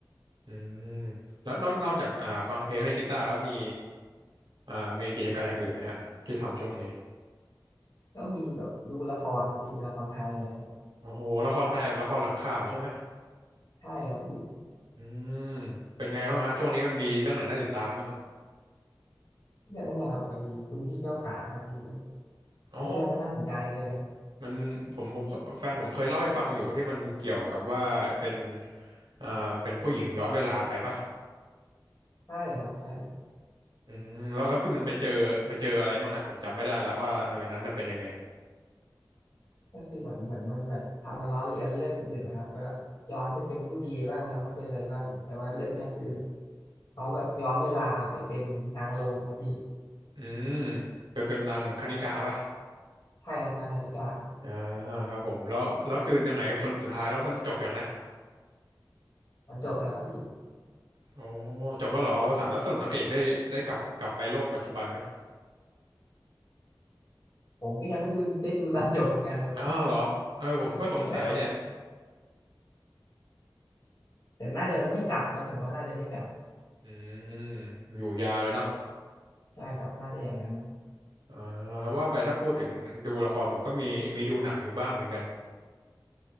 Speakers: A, on the right; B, on the left.
A: อืมแล้วนอกนอกจากอ่าฟังเพลงเล่นกีตาร์แล้วมีอ่ามีกิจการมอย่างอื่นไหมฮะที่ทำช่วงนี้
B: ก็มีแบบดูละครครับพี่ละครไทยอะไรครับ
A: โอ้โหละครไทยแบบละครหลังข่าวใช่ไหม
B: ใช่ครับพี่
A: อืมเป็นไงบ้างฮะช่วงนี้มันมีเรื่องไหนน่าติดตามบ้าง
B: เรื่องนี้นนะครับไอ้คุณพี่เจ้าขาครับพี่
A: อ๋อ
B: แล้วเรื่องก็น่าสนใจเลยครับ
A: มันผมผมแฟนผมเคยเล่าให้ฟังอยู่ที่มันเกี่ยวกับว่าเป็นอ่าเป็นผู้หญิงย้อนเวลาไปปะ
B: ใช่ครับใช่
A: อืมแล้วแล้วคือมันไปเจอไปเจออะไรบ้างนะผมจำไม่ได้ละว่าหลังจากนั้นมันเป็นยังไง
B: ก็คือเหมือนเหมือนมันแบบทำมาล้อเลียนเรื่องอื่นๆนะครับก็ย้อนไปเป็นผู้ดีบ้างย้อนไปเป็นอะไรบ้างแต่ว่าเรื่องเนี้ยคือเขาแบบย้อนเวลาไปเป็นนางโรมครับพี่
A: อืมไปเป็นนางคณิกาป่ะ
B: ใช่ครับนางคณิกาครับ
A: อ่าครับผมแล้วแล้วคือยังไงสุดสุดท้ายแล้วมันจบยังนะ
B: มันจบแล้วครับพี่
A: โอ้จบแล้วเหรออวสานแล้วสรุปนางเอกได้ได้กลับกลับไปโลกปัจจุบันไหม
B: ผมก็ยังไม่ได้ดูได้ดูตอนจบเหมือนกันครับ
A: อ้าวเหรอเออผมก็สงสัยเนี่ย
B: <laughs> ใช่ครับ แต่น่าจะไม่กลับนะผมว่าน่าจะไม่กลับ
A: อืมอยู่ยาวเลยเนาะ
B: ใช่ครับน่าจะอย่างนั้นนะ
A: อ่าว่าไปถ้าพูดถึงดูละครผมก็มีมีดูหนังอยู่บ้างเหมือนกัน